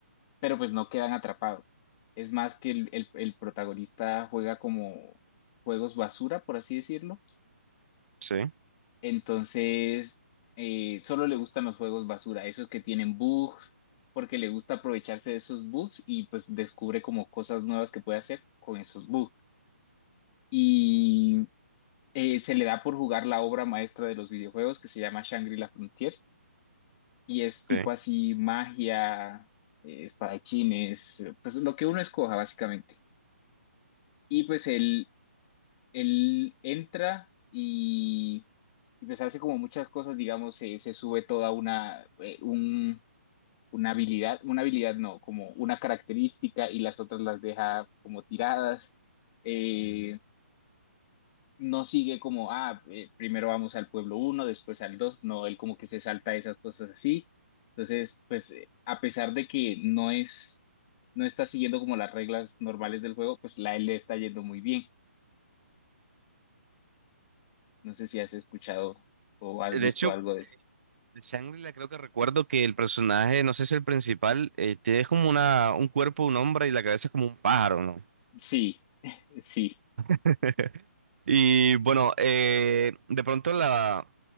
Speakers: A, on the left; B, on the right.
A: pero pues no quedan atrapados. Es más que el, el el protagonista juega como juegos basura, por así decirlo
B: Sí,
A: Entonces, eh, solo le gustan los juegos basura, esos que tienen bugs, porque le gusta aprovecharse de esos bugs y pues descubre como cosas nuevas que puede hacer con esos bugs. Y eh, se le da por jugar la obra maestra de los videojuegos que se llama Shangri-La Frontier y es tipo
B: ok.
A: así magia, eh, espadachines, pues lo que uno escoja básicamente. Y pues él él entra y, y, pues hace como muchas cosas, digamos, se, se sube toda una, eh, un- una habilidad, una habilidad no, como una característica y las otras las deja como tiradas. Eh, no sigue como, ah, eh, primero vamos al pueblo uno después al 2 no, él como que se salta esas cosas así. Entonces, pues eh, a pesar de que no es, no está siguiendo como las reglas normales del juego, pues la él le está yendo muy bien. No sé si has escuchado o has
B: De
A: visto
B: hecho,
A: algo de eso.
B: de Shangri-La creo que recuerdo que el personaje, no sé si el principal, eh, tiene como una, un cuerpo, un hombre y la cabeza es como un pájaro, ¿no?
A: Sí, <laughs> sí.
B: <laughs> Y bueno, eh, de pronto la...